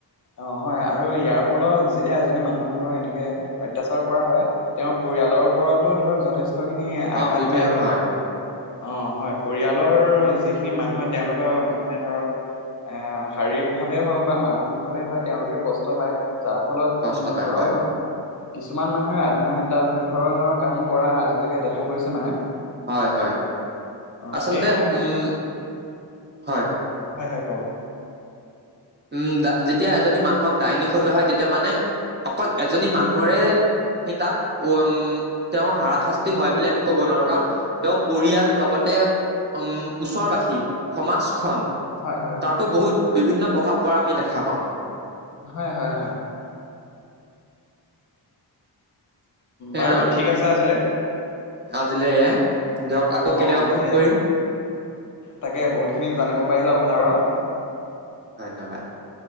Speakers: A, on the left; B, on the right.
A: অ, হয় আৰু ইয়াৰ ফলত যেতিয়া এজনী মানুহক ধৰক এনেকে অত্যাচাৰ কৰা হয় তেওঁৰ পৰিয়াল খালৰ ওপৰতো ধৰক যথেষ্টখিনি আঘাত
B: অ বিভি
A: পায় বা
B: হয়
A: অ হয় পৰিয়ালৰ যিখিনি মানুহে তেওঁলোকৰ মানে ধৰক এ শাৰীৰিক ভাৱে হওঁক বা মানসিকভাৱে হওক তেওঁলোকে কষ্ট পায়। যাৰ ফলত
B: কষ্ট
A: উম
B: পায়
A: ঘৰৰ
B: হয়
A: কিছুমান মানুহে আত্মহত্যা ধৰণৰ কামো কৰা আজিলৈকে দেখা গৈছে মানে
B: হয়, হয়,
A: অ
B: আচলতে
A: সেইসমূহে
B: উম হয়।
A: হাই হাই কক
B: উম যেতিয়া এজনী মানুহক ডাইনী সজোৱা হয় তেতিয়া মানে অকল এজনী মানুহৰে সেই তাত উম তেওঁৰ হাৰাশাস্তি হয় বুলি আমি কব নোৱাৰো কাৰণ তেওঁ পৰিয়াল লগতে উম ওচৰবাসী সমাজ খন
A: হয় হয়
B: তাতো বহুত বিভিন্ন প্ৰভাৱ প আমি দেখা পাওঁ
A: হয় হয় বাৰু
B: এম
A: ঠিক আছে আজিলৈ
B: আজিলৈ এয়াই দিয়ক আকৌ কেতিয়াবা
A: অ
B: ফোন
A: তাকে
B: কৰিম
A: তাকে বহুত খিনি জানিব পাৰিলো আপোনাৰাৰ
B: ধন্যবাদ